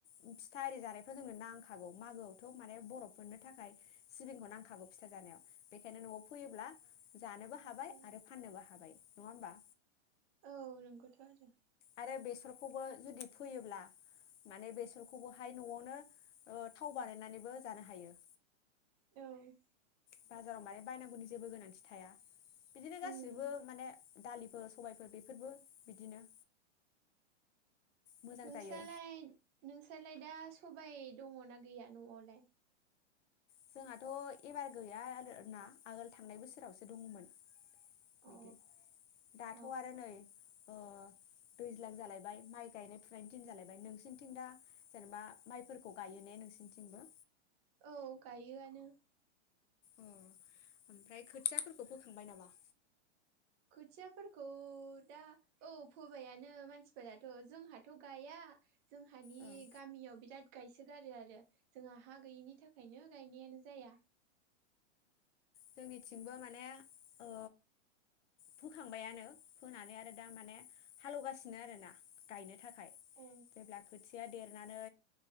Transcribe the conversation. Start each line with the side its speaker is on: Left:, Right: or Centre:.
Left: उम फिथा आरि जानायफोराव जोंनो नांखागौ मागोआवथ' माने बर'फोरनो थाखाय सिबिंखौ नांखागौ फिथा जानायाव। बेखायनो न'आव फोयोब्ला जानोबो हाबाय
Right: औ
Left: आरो फाननोबो हाबाय। नंङा होनबा?
Right: औ नंगौथ' आरो।
Left: आरो बेसरखौबो जुदि फोयोब्ला माने बेसरखौबोहाय न'आवनो ओ थाव बानायनानैबो जानो हायो।
Right: औ
Left: बाजाराव मारै बायनांगौनि जेबो गोनांथि थाया। बिदिनो गासिबो
Right: उम
Left: माने दालिफोर सबायफोर बेफोरबो बिदिनो मोजां
Right: नोंस्रालाय-नोंस्रालाय
Left: जायो
Right: दा खबायाय दंङना गैया न'आवलाय?
Left: जोंहाथ' एबार गैया आर ना आगोल थांनाय बोसोरावसो दंङमोन बिदि
Right: अ
Left: दाथ'
Right: अ
Left: आरो ओ नै दैज्लां जालायबाय माइ गायनाय फुनाय दिन जालायबाय नोंसिनिथिं दा जेनेबा माइफोरखौ गायो ने नोंसिनिथिंबो?
Right: औ गायोआनो।
Left: अ ओमफ्राय खोथियाफोरखौ फोखांबाय नामा
Right: खोथियाफोरखौ दा औ फोबायानो मानसिफोराथ' जोंहाथ' गाया जोंहानि
Left: ओं
Right: गामियाव बिराद गायसोगारो आरो जोंहा हा गैयिनि थाखायनो गायनायानो जाया।
Left: जोंनिथिंबो माने ओ फोखांबायानो फोनानै आरो दा माने हालेवगासिनो आरोना गायनो थाखाय
Right: अ
Left: जेब्ला खोथिया देरनानै